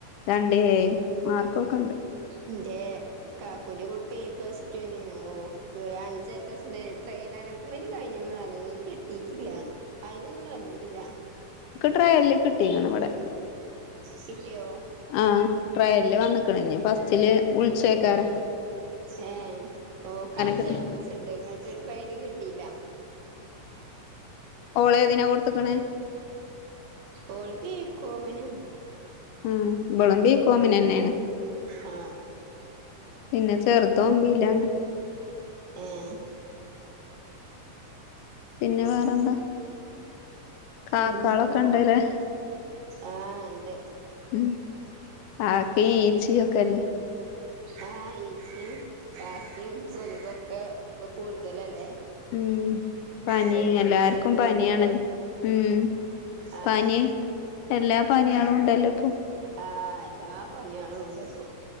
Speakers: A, on the left; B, on the right.
A: രണ്ട് എയും മാർക്കൊക്കെണ്ട്
B: എന്റെ കാക്കുവിന്റെ കുട്ടി പ്ലസ്ടു ഓക്ക അഞ്ച പ്ലസ് ട്രയൽ അലോട്ട്മെന്റ് കഴിഞ്ഞ വ കിട്ടിട്ടില്ല അതിനൊന്നും വന്നിട്ട് ഇല്ല
A: ട്രയല് കിട്ടിങ്ങ ഇവിടെ
B: കിട്ടിയോ
A: ആ ട്രയല് വന്നക്കണിഞ്ഞു ഫസ്റ്റില് ഉൾസക്കാറ്
B: ഏർ ഓൾക്ക് അഞ്ച്
A: കിട്ടി
B: ഏ പ്ലസ് ഉണ്ട് ഇങ്ങോട്ട് ട്രയല് കിട്ടില്ല
A: ഓള ഏതിനാ കൊടുത്തക്കണ്
B: ഓള്ള ബി കോമിന്
A: ആഹ ഇവളും ബി കോമിനന്നെയാണ്
B: ആ
A: പിന്നെ ചെറുതോമ്പിയിലാണ്
B: ആഏ
A: പിന്നെ വേറെന്താ കാക്കാളൊക്കെ
B: പിന്നെ എന്താ
A: ഇണ്ട്ല്ലേ
B: ആഹ ഉണ്ട്
A: ഉം ആക്ക ഇച്ച ഒക്കല്ല
B: ആഹ ഈച്ചയും കാക്കയും കൊതുവൊക്കെ ഇപ്പൊ കൂടുതലല്ലേ
A: ഉം പനി
B: കൊതുകിന്റെ
A: എല്ലാർക്കും
B: ശല്യൊക്കെണ്ട്
A: പനിയണല്ലോ ഉഠ ഉം
B: ആഹ്
A: പനി എല്ലാം പനിയാളു
B: പ
A: ഉണ്ടല്ലോ ഇപ്പോ
B: ആഹ് എല്ലാ പനികളും ഉണ്ട് ഇപ്പോ